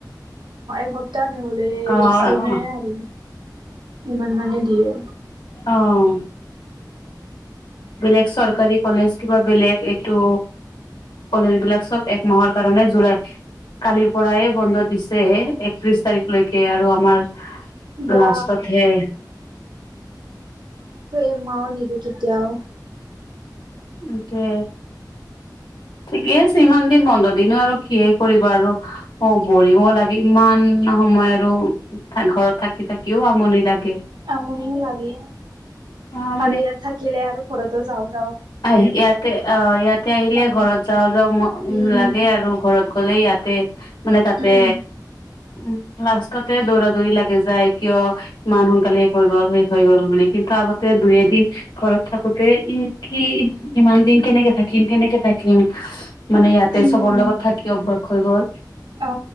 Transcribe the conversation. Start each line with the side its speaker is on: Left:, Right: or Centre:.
Right: সপ্তাহ নহ'লে
Left: অ',
Right: দহ দিন আৰু, ইমান মানে দিয়ে
Left: অ', বেলেগ চৰকাৰী কলেজ কিবা বেলেগএইটো কলেজ বিলাক চব একমাহৰ কাৰণে জুলাই কালিৰ পৰাই বন্ধ দিছে একত্ৰিশ তাৰিখলৈকে আৰু আমাৰ
Right: বা
Left: লাষ্টতহে
Right: একমাহও নিদে কেতিয়াও
Left: তাকে ঠিকে আছে, ইমান দিন বন্ধ দিনো আৰু কিহে কৰিব আৰু অ', ভৰিব লাগে ইমান ভন সময় আৰু ঘৰত থাকিথাকিও আমনি লাগে
Right: আমনিও লাগে
Left: অ
Right: আৰু ইয়াত থাকিলে আৰু ঘৰতো যাও
Left: আহি ইয়াতে অ ইয়াতে আহিলে
Right: অ
Left: ঘৰত যাওঁ যাওঁ
Right: উম
Left: লাগে আৰু ঘৰত কলে ইয়াতে, মানে তাতে
Right: উম
Left: উম, লাষ্টতে দৌৰা, দৌৰি লাগে যায় কিয় ইমান সোনকালে সেই হৈ গ'ল, সেই হৈ গ'ল বুলি কিন্তু আগতে দুই এদিন ঘৰত থাকোতে ই বা কি ইমান দিন কেনেকে থাকিম কেনেকে থাকিম মানে ইয়াতে
Right: উম
Left: চবৰ লগত থাকি অভ্যাস হৈ গল
Right: অ